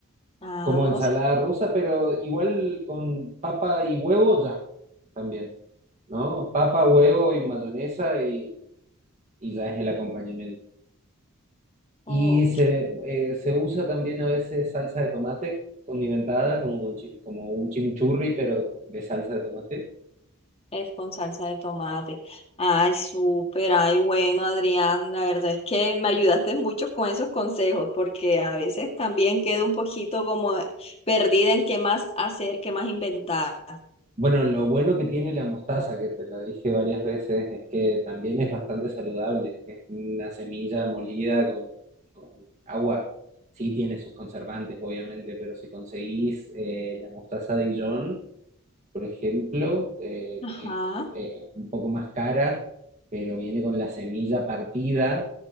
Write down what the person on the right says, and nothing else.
como
ensalada
rusa, pero igual con papa y huevo ya también, ¿no? Papa, huevo y mayonesa y, y ya es el acompañamiento.
Y se, eh, se usa también a veces salsa de tomate condimentada, como, con chi- como un chimichurri, pero de salsa de tomate.
Bueno, lo bueno que tiene la mostaza, que te lo dije varias veces, es que también es bastante saludable. Es una semilla molida con, con agua. Sí tiene sus conservantes, obviamente, pero si conseguís eh, la mostaza Dijon, por ejemplo, eh, que
es eh, un poco más cara, pero viene con la semilla partida